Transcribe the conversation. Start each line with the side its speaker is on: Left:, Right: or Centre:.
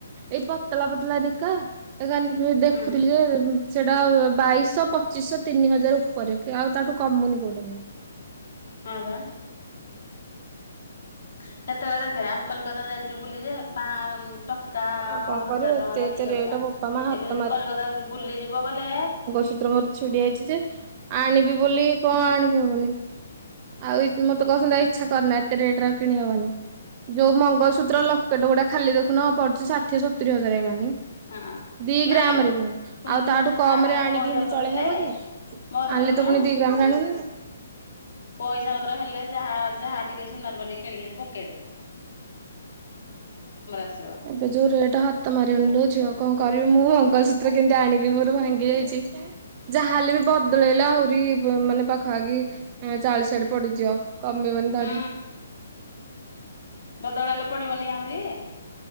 Right: ଏଇ ପତଳା ପତଲା ନିକା ଏ କ ଦେଖୁଥିଲି
Left: ହଁ
Right: ଯେ ସେଟା ବାଇଶ ପଚିଶ ତିନି ହଜାର ଉପରେ ଆଉ ତାଠୁ କମୁନି କୋଉଟାଲେ।
Left: ହଁ ବା। ସେତେବେଳେ ଦେଖେ ଆମେ କଲିକତା ଯାଇଥିଲୁ ବୁଲିି ଯେ ପା ଟଙ୍କା
Right: ଆଉ କଣ
Left: ହଜାର
Right: କରିବୁ ଏତେ
Left: ଟଙ୍କାରେ
Right: ଏତେ
Left: ହେଇଯାଉଥିଲା
Right: ରେଟ୍ ବୋପା ମା ହାତ
Left: ଏବେ ଯଦି କଲିକତା ବୁଲିଯିବ ବଲେ
Right: ଚିତ୍ର ମୋର ଛିଡି ଯଇଛି ଯେ ଆଣିବି ବୋଲି କଣ ଆଣିବି ହବନି ଆଉ ମୁଁତ କହୁଛନ୍ତି ଇଚ୍ଛା କରନ ଏତେ ରେଟ୍ ଆଉ କିଣିହବନି। ଯୋଉ ମଙ୍ଗଳସୂତ୍ର ଲକେଟ ଗୋଟେ ଖାଲି ଦେଖୁନ ପଡୁଛି ଷାଠିଏ ସତୁରି ହଜାରାାନଁ।
Left: ହଁ।
Right: ଦି ଗ୍ରାମ
Left: ନାଇଁଲୋ
Right: ରେ ପୁଣି
Left: ଶୁଣୁନୁ
Right: ଆଉ ତାଠୁ
Left: ଯାହା
Right: କମ ରେ ଆଣିକି
Left: ପଇସା
Right: ଏମତି
Left: ପତ୍ର
Right: ଚଳେଇହବ
Left: ହେଲେ
Right: କି ଆଣିଲେ
Left: ମୋ କଥା ଶୁଣୁନୁ
Right: ତ ପୁଣି ଦି ଗ୍ରାମ ଜଣ
Left: ପଇସା ପତ୍ର ହେଲେ ଯାହା ଯାହା ଟିକେ ସୁନାର ବା ଟିକେ କିଣିକି ପକେଇ ଦଉ। ଆସିବ
Right: ଏବେ ଯୋଉ ରେଟ ହାତ ମାରି ଆଣିଲୁ ଝିଅ। କଣ କରିବି ମୁଁ ମଙ୍ଗଲସୂତ୍ର କେମତି ଆଣିବି ମୋର ଭାଙ୍ଗି ଯାଇଛି। ଯାହାହେଲେ ବି ବଦଳେଇଲେ ଆହୁରି ମାନେ ପାଖାପାଖି ଚାଳିଶାଡେ ପଡିଯିବ। ଆମେମାନେ
Left: ହୁଁ
Right: ଦଠ
Left: ବଦଳେଇଲେ ପଡିବନି ଆହୁରି